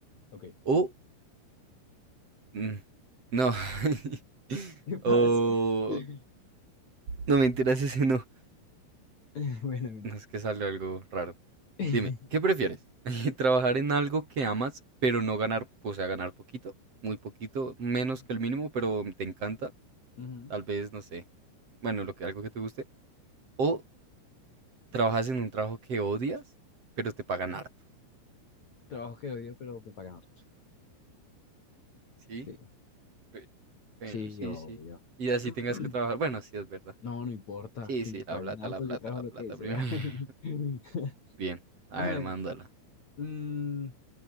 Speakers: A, on the left; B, on the right.
A: ok.
B: O, mm, no, <laughs>
A: ¿Qué pasó?
B: o,
A: <laughs>
B: no mentiras, <laughs> ese no.
A: Bueno, bueno.
B: No, es que salió algo raro.
A: <laughs>
B: Dime, ¿qué prefieres? <laughs> ¿Trabajar en algo que amas, pero no ganar, o sea, ganar poquito, muy poquito, menos
A: Ujú,
B: que el mínimo, pero te encanta?
A: ujú.
B: Tal vez, no sé, bueno, lo que, algo que te guste. ¿O trabajas en un trabajo que odias, pero te pagan harto?
A: Trabajo que odio, pero que pagan harto.
B: ¿Sí?
A: Sí,
B: Pe- Bueno,
A: sí,
B: sí,
A: obvio.
B: sí. Y así
A: <clears throat>
B: tengas que trabajar. Bueno, sí, es verdad.
A: No, no importa
B: Sí,
A: que
B: sí,
A: me paguen
B: la plata,
A: harto,
B: la plata,
A: yo trabajo
B: la
A: lo
B: plata
A: que sea.
B: primero. <laughs>
A: <laughs>
B: Bien, a
A: A
B: ver,
A: ver,
B: mándala.
A: mm,